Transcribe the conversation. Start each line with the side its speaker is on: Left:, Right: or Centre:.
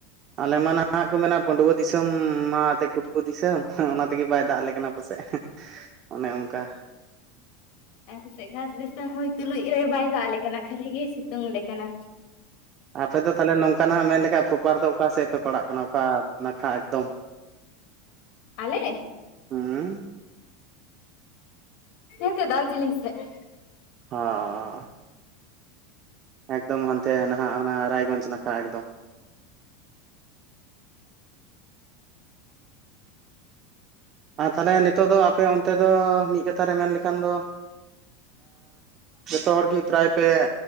Right: ᱟᱞᱮ ᱢᱟ ᱱᱟᱦᱟᱜ ᱠᱚ ᱢᱮᱱᱟ ᱵᱷᱺᱰᱣᱟᱹ ᱫᱤᱥᱚᱢ ᱢᱟ ᱮ ᱠᱩᱴᱠᱩ ᱫᱤᱥᱚᱢ ᱚᱱᱟ ᱛᱮᱜᱮ ᱵᱟᱭ ᱫᱟᱜ ᱟᱞᱮ ᱠᱟᱱᱟ ᱯᱟᱥᱮᱫ ᱮ ᱚᱱᱮ ᱚᱱᱠᱟ
Left: ᱟᱨ ᱜᱷᱟᱥ ᱫᱤᱥᱚᱢ ᱦᱩᱭ ᱛᱩᱞᱩᱡ ᱨᱮ ᱵᱟᱭ ᱫᱟᱜ ᱟᱞᱮ ᱠᱟᱱᱟ ᱠᱷᱟᱹᱞᱤ ᱜᱮ ᱥᱤᱛᱩᱝ ᱟᱞᱮ ᱠᱟᱱᱟ
Right: ᱟᱯᱮ ᱫᱚ ᱛᱟᱦᱚᱞᱮ ᱱᱚᱝᱠᱟ ᱱᱟᱜ ᱢᱮᱱ ᱞᱮᱠᱷᱷᱟ ᱯᱨᱚᱯᱟᱨ ᱫᱚ ᱚᱠᱟ ᱥᱮᱫ ᱯᱮ ᱯᱟᱲᱟᱜ ᱠᱟᱱᱟ ᱚᱠᱟ ᱱᱟᱠᱷᱟ ᱮᱠᱫᱚᱢ
Left: ᱟᱞᱮ
Right: ᱦᱮᱸ
Left: ᱦᱮᱸ ᱫᱟᱨᱡᱤᱞᱤᱝᱥ ᱥᱮᱫ
Right: ᱦᱚ ᱮᱠᱫᱚᱢ ᱦᱟᱱᱛᱮ ᱱᱟᱦᱟᱜ ᱚᱱᱟ ᱨᱟᱭᱜᱚᱡᱽ ᱱᱟᱠᱷᱟ ᱮᱠᱫᱚᱢ ᱟᱨ ᱛᱟᱦᱚᱞᱮ ᱱᱤᱛᱚᱜ ᱫᱚ ᱟᱯᱮ ᱚᱱᱛᱮ ᱫᱚ ᱢᱤᱫ ᱠᱟᱛᱷᱟ ᱨᱮ ᱢᱮᱱ ᱞᱮᱠᱷᱟᱱ ᱫᱚ ᱡᱚᱛᱚ ᱦᱚᱲᱜᱮ ᱯᱨᱟᱭ ᱯᱮ